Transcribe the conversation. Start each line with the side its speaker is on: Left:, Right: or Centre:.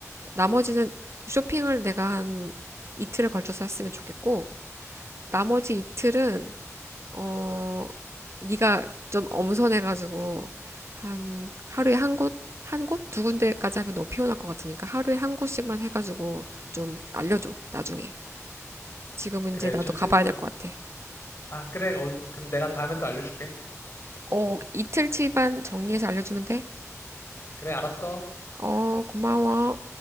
Right: 나머지는 쇼핑을 내가 한 이틀에 걸쳐서 했으면 좋겠고, 나머지 이틀은, 어, 네가 좀 엄선해가지고, 한, 하루에 한 곳, 한 곳? 두 군데까지 하면 너무 피곤할 것 같으니까, 하루에 한 곳씩만 해가지고, 좀 알려줘, 나중에. 지금은
Left: 그래,
Right: 이제 나도
Left: 첫째
Right: 가봐야
Left: 날.
Right: 될 것 같아.
Left: 아, 그래. 어, 그럼 내가 다음에 또 알려줄게.
Right: 어, 이틀치만 정리해서 알려주면 돼?
Left: 그래, 알았어.
Right: 어, 고마워.